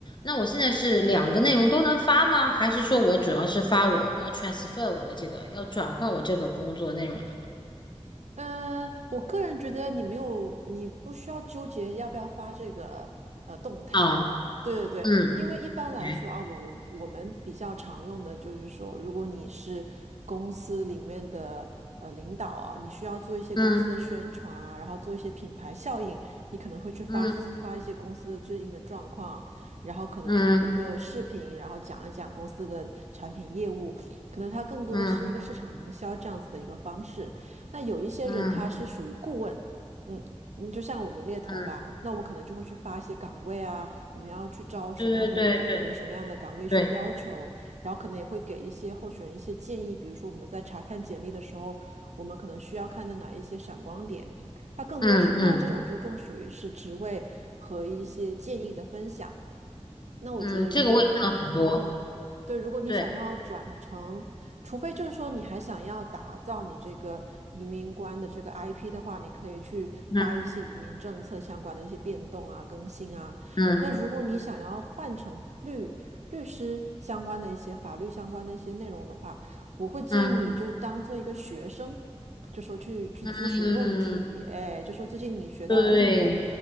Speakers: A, on the left; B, on the right.
A: 那我现在是两个内容都能发吗？还是说我主要是发我要 transfer 我的这个，要转换我这个工作的内容的？
B: 嗯，我个人觉得你没有，你不需要纠结要不要发这个呃动态。
A: 啊，
B: 对对对，
A: 嗯，
B: 因为一般来说啊，
A: o 哎，
B: 我我们比较常用的就是说，如果你是公司里面的呃领导啊，你需要做一些公司的宣传啊，
A: 嗯
B: 然后做一些品牌效应，你可能会去发发一些公司的最近的状况，
A: 嗯
B: 然后可能做一个视频，
A: 嗯
B: 然后讲一讲公司的产品业务，可能它更多的是一个市场营销这样子的一个方式。
A: 嗯
B: 那有一些人他是属于顾问，
A: 嗯
B: 嗯，嗯，就像我们猎头吧，
A: 嗯，
B: 那我们可能就会去发一些岗位啊，我们要去招什么样的人，
A: 对对对对
B: 有什么样的岗位需要求，
A: 对，
B: 然后可能也会给一些候选人一些建议，比如说我们在查看简历的时候，我们可能需要看的哪一些闪光点，它更多的是，
A: 嗯嗯
B: 那这种就更属于是职位和一些建议的分享。那我觉得，
A: 嗯，这个我也看了很多。
B: 如果你，嗯，对，如果你想要转成，
A: 对，
B: 除非就是说你还想要打造你这个移民官的这个 IP 的话，你可以去发一些移民政策相关的一些变动啊、
A: 嗯
B: 更新啊。
A: 嗯
B: 那如果你想要换成律律师相关的一些法律相关的一些内容的话，我会建议你就当做一个学生，
A: 嗯
B: 就说去去咨询问题，
A: 嗯，
B: 哎，就说最近你学到了这个
A: 对